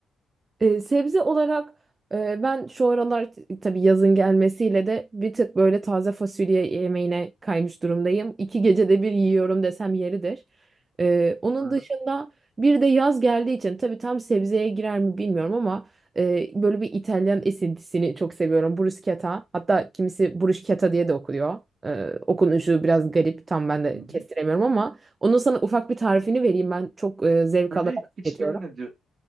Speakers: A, on the right; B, on the right.
A: Ee, sebze olarak e, ben şu aralar t- tabii yazın gelmesiyle de bir tık böyle taze fasulye yemeğine kaymış durumdayım. İki gecede bir yiyorum desem yeridir. Ee, onun
B: Hı hı.
A: dışında bir de yaz geldiği için tabii tam sebzeye girer mi bilmiyorum ama e, böyle bir İtalyan esintisini çok seviyorum. Bruschetta hatta kimisi bruschetta diye de okuyor. Ee, okunuşu biraz garip tam ben de
B: hı hı.
A: kestiremiyorum ama onun sana ufak bir tarifini vereyim ben çok e, zevk
B: Tabii
A: alarak tüketiyorum.
B: hiç bilmedi,